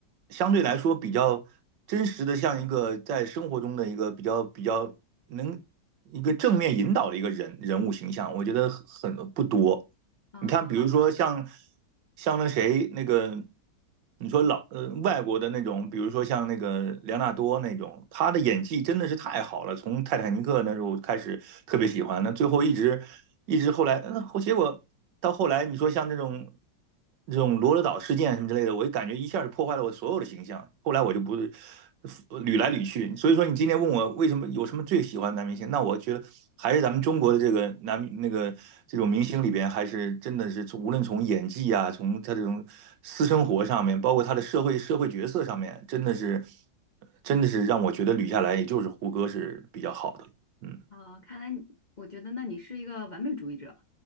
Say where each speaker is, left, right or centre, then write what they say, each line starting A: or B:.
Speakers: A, on the right; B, on the left.
A: 相对来说比较真实的，像一个在生活中的一个比较比较。能一个正面引导的一个人人物形象，我觉得很不多。
B: 啊
A: 你看，比如说像像那谁那个，你说老呃外国的那种，比如说像那个梁昂纳多那种，他的演技真的是太好了。从泰坦尼克那时候开始特别喜欢，那最后一直一直后来，嗯，后结果到后来你说像这种这种罗德岛事件什么之类的，我感觉一下就破坏了我所有的形象。后来我就不捋来捋去，所以说你今天问我为什么有什么最喜欢的男明星，那我觉得还是咱们中国的这个男那个这种明星里边，还是真的是无论从演技啊，从他这种私生活上面，包括他的社会社会角色上面，真的是真的是让我觉得捋下来，也就是胡歌是比较好的了嗯
B: 啊，看来你我觉得那你是一个完美主义者。